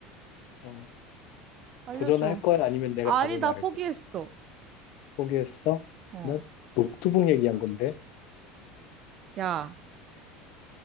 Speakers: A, on the left; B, on the right.
A: 어,
B: 알려줘.
A: 도전할 거야? 아니면 내가
B: 아니,
A: 답을
B: 나
A: 말해줘.
B: 포기했어.
A: 포기했어?
B: 어,
A: 나 노트북 얘기한 건데.
B: 야,